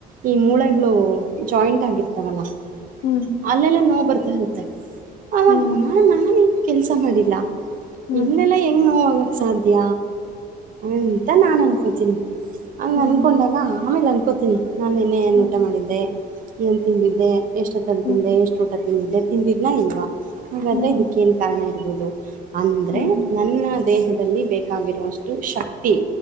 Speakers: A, on the right; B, on the left.
A: ಈ ಮೂಳೆಗಳು
B: ಹ್ಮ್
A: ಜಾಯಿಂಟ್ ಆಗಿರ್ತಾವಲ್ಲ
B: ಹ್ಮ್
A: ಅಲ್ಲೆಲ್ಲ ನೋ ಬರು ತ್ತ ಅವವಾಗಾ
B: ಹ್ಮ್
A: ನಾನನ್ ಕೆಲ್ಸ ಮಾಡಿಲ್ಲ
B: ಹ್ಮ್
A: ಇಲ್ಲೆಲ್ಲ ಹೆಂಗ್ ನೋವಾಗಕ್ ಸಾಧ್ಯ ಅಂತ ನಾ ಅನ್ಕೋತೀನಿ ಹಂಗ
B: ಹ್ಮ್
A: ಅನ್ಕೊಂಡಾಗ ಆಮೇಲೆ ಅನ್ಕೋತೀನಿ ನಾನ ನಿನ್ನೆ ಏನ್
B: ಹ್ಮ್
A: ಊಟ ಮಾಡಿದ್ದೆ ಏನು ತಿಂದಿದ್ದೆ ಎಷ್ಟು ಹತ್ತನ
B: ಹ್ಮ್
A: ತಿಂದೆ ಎಷ್ಟು ಊಟ ತಿಂದಿದ್ದೆ ತಿಂದಿದ್ದನ ಇಲ್ವಾ ಹಾಗಾದ್ರೆ
B: ಹ್ಮ್
A: ಇದಕ್ಕೇಏನ್ ಕಾರಣ ಇರ್ಬೋದು ಅಂದ್ರೆ
B: ಹ್ಮ್
A: ನನ್ನ ದೇಹದಲ್ಲಿ ಬ ಬಾಗಿರುವಷ್ಟು ಶಕ್ತಿ